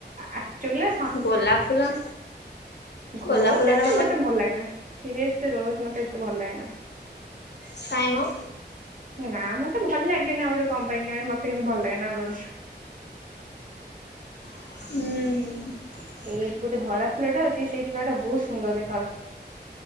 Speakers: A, on the right; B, on the left.
A: ଆକ୍ଚୁଆଲିରେ
B: ଗୋଲାପ ଫୁଲ। ଗୋଲାପ
A: ରୋଜ୍
B: ଫୁଲ
A: ଏତେ
B: ଟା
A: ମତେ ଭଲ ଲାଗେନି ସିରିସଲି ରୋଜ୍ ମତେ ଏତେ ଭଲ ଲାଗେନି।
B: କାଇଁ ମୋ?
A: ନା ମତେ ଭଲ ଲାଗେନା ଗୋଟେ କଣ ପାଇଁ କଣ ମତେ କେମିତି ଭଲ ଲାଗେନା ରୋଜ୍।
B: ହୁଁ।
A: ଏଇଠି ଗୋଟେ ଧଳା ଫୁଲଟେ ଅଛି ସେଇ ଫୁଲଟା ବହୁତ୍ ସୁନ୍ଦର ଦେଖା ଯାଉଚି।